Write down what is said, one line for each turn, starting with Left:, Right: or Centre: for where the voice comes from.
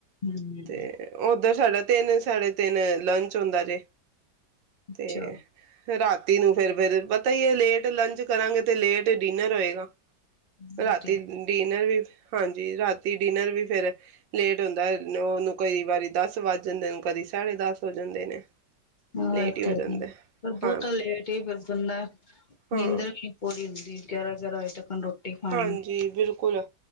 Left: ਹੂੰ
Right: ਤੇ ਉੱਧਰ ਸਾਡਾ ਤਿੰਨ ਸਾਢੇ ਤਿੰਨ ਲੰਚ ਹੁੰਦਾ ਜੇ
Left: ਅੱਛਾ
Right: ਤੇ ਰਾਤੀ ਨੂੰ ਫੇਿਰ ਫਿਰ ਪਤਾ ਹੀ ਹੈ ਲੇਟ ਲੰਚ ਕਰਾਂਗੇ ਤੇ ਲੇਟ ਡਿਨਰ ਹੋਏਗਾ
Left: ਹਾਂ
Right: ਰਾਤੀ
Left: ਤੇ
Right: ਡਿਨਰ ਵੀ ਹਾਂਜੀ ਰਾਤ ਡਿਨਰ ਵੀ ਫੇਿਰ ਲੇਟ ਹੁੰਦਾ ਉਹ ਨੂੰ ਕਈ ਵਾਰੀ ਦਸ ਵੱਜ ਜਾਂਦੇ ਨੇ ਕਦੀ ਸਾਢੇ ਦਸ ਹੋ ਜਾਂਦੇ ਨੇ।
Left: ਹਾਂ
Right: ਲੇਟ
Left: ਇ
Right: ਹੀ
Left: ਤੇ
Right: ਹੋ
Left: ਹ
Right: ਜਾਂਦੇ
Left: ਬਹੁਤਾ
Right: ਹਾਂ
Left: ਲੇਟ ਹੀ ਫੇਰ ਸੋਨਾ
Right: ਹਾਂ
Left: ਨੀਂਦਰ ਈ ਨਹੀ ਪੂਰੀ ਹੁੰਦੀ ਗਿਆਰਹ ਗਿਆਰਹ ਵਜੇ ਤੱਕ ਖਾਣੀ
Right: ਹਾਂਜੀ ਬਿਲਕ ਬਿਲਕੁਲ